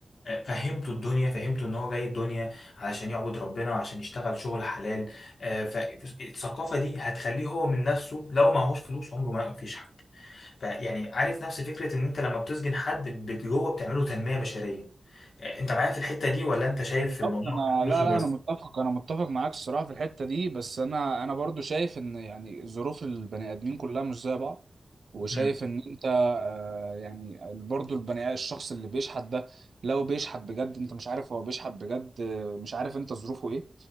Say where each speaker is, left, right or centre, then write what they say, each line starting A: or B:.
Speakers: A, on the left; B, on the right.
A: فهمته الدنيا فهمته ان هو جاي الدنيا علشان يعبد ربنا وعشان يشتغل شغل حلال آه، فالثقافه دي هتخليه هو من نفسه لو معهوش فلوس عمره ما ينفش حد فيعني عارف نفس فكره ان انت لما بتسجن حد بت- جوه بتعمله تنميه بشريه آه، انت معايا في الحته دي ولا انت شايف في الموضوع
B: بالظبط انا
A: بتاع فلوسه
B: لا لا
A: بس
B: انا متفق انا متفق معاك الصراحه في الحته دي بس انا انا برضو شايف ان يعني ظروف البني ادمين كلها مش زي بعض وشايف
A: مم.
B: ان انت آه يعني برضو البني الشخص اللي بيشحت ده لو بيشحت بجد انت مش عارف هو بيشحت بجد آه، مش عارف انت ظروفه ايه